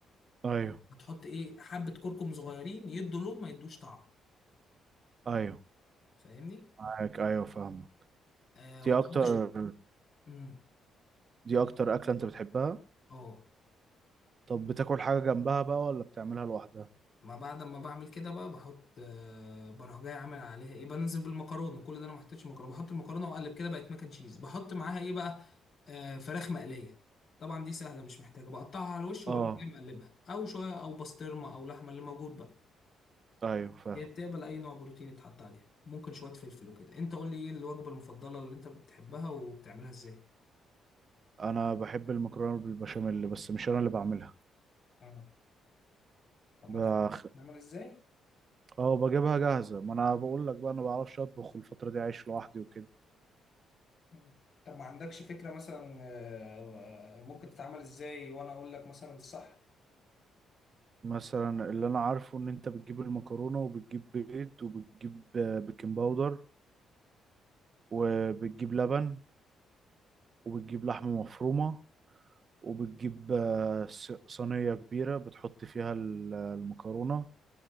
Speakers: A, on the right; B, on the left.
A: ايوه
B: هتحط إيه حبة كركم صغيرين يدوا لون ما يدوش طعم
A: ايوه
B: فاهمني
A: معاك ايوه فاهمة
B: آه وتحط
A: دي اكتر
B: ش- مم.
A: دي اكتر اكلة انت بتحبها
B: اه
A: طب بتاكل حاجة جنبها بقى ولا بتعملها لوحدها
B: ما بعد ما بعمل كده بقى بحط آه، بروح جاي عامل عليها ايه بنزل بالمكرونه كل ده انا ما حطيتش مكرونه بحط المكرونه واقلب كده بقت ماكن تشيز بحط معاها ايه بقى آه، فراخ مقليه طبعا دي سهله مش محتاجه بقطعها على الوش واروح
A: اه
B: جاي مقلبها او شويه او بسطرمه او لحمه اللي موجود بقى
A: ايوه فاهم
B: هي بتقبل اي نوع بروتين يتحط عليها ممكن شويه فلفل وكده انت قول لي ايه الوجبه المفضله اللي انت بتحبها وبتعملها ازاي
A: انا بحب المكرونة بالبشاميل بس مش انا اللي بعملها
B: اه طب ما
A: بخ...
B: تعرف نعمل ازاي
A: اه بجيبها جاهزة ما انا بقول لك بقى انا بعرفش اطبخ الفترة دي عايش لوحدي وكده
B: مم. طب ما عندكش فكرة مثلا آه، ممكن تتعمل ازاي وانا اقول لك مثلا الصح
A: مثلا اللي انا عارفه ان انت بتجيب المكرونة وبتجيب بيض وبتجيب آه، بيكنج باودر وبتجيب لبن وبتجيب لحمة مفرومة وبتجيب آه، ص- صينية كبيرة بتحط فيها ال- المكرونة